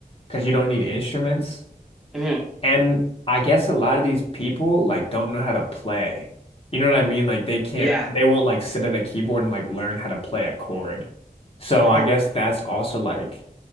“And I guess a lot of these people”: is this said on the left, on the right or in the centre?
Left